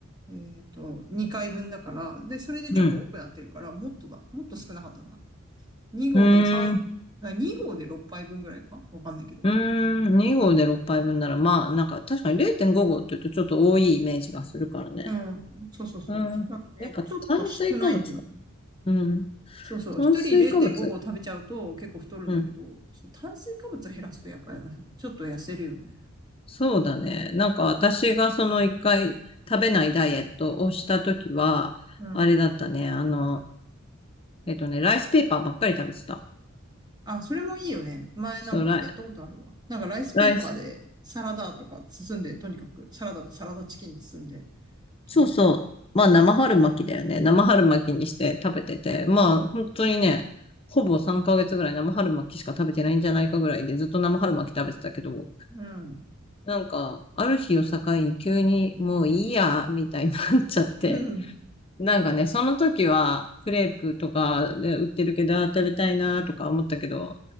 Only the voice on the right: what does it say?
えっと、2回分だから、で、それでちょっと多くなってるから、
もっとだ。もっと少なかったんだ。2号とか3、
あ2号で6杯分ぐらいかわかんないけど。
うん。そうそうそう。
だからね、
ちょっと少ないんだよね。
そうそう。
一人0.5合食べちゃうと結構太るんだけど、
そう炭水化物減らすとやっぱりちょっと痩せるよね。
うん。
あ、それもいいよね。前なんかやったことあるわ。
なんかライスペーパーでサラダとか包んで、
とにかくサラダとサラダチキン包んで、
食べる。
うん。
うん。